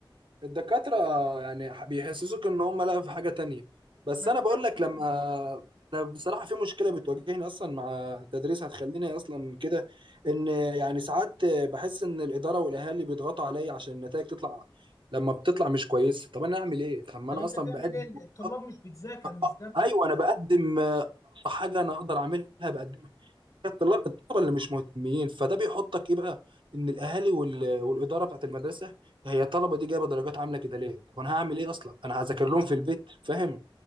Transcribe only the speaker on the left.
ما تفهمش
ليه
طب
انت
تعمل
ايه الطلاب
مش بتذاكر مش ذنبك